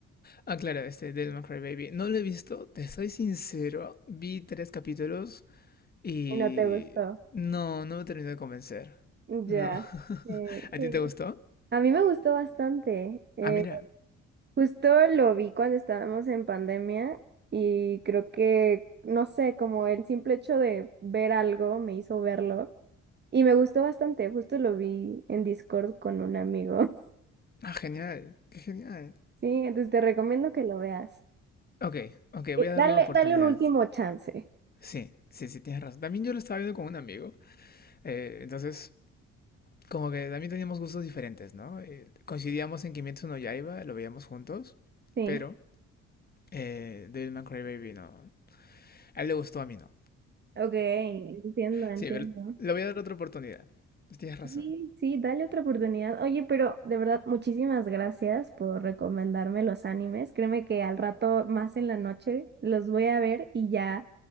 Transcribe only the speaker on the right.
Y no te gustó.
Ya.
eh,
sí.
A mí me gustó bastante. eh,
justo lo vi cuando estábamos en pandemia y creo que, no sé, como el simple hecho de ver algo me hizo verlo. Y me gustó bastante, justo lo vi en Discord con un amigo. <laughs>
Sí, entonces te recomiendo que lo veas.
Eh,
Dale,
dale un último chance.
Sí.
Ok, entiendo, entiendo.
Sí, sí, dale otra oportunidad. Oye, pero de verdad, muchísimas gracias por recomendarme los animes. Créeme que al rato, más en la noche, los voy a ver y ya,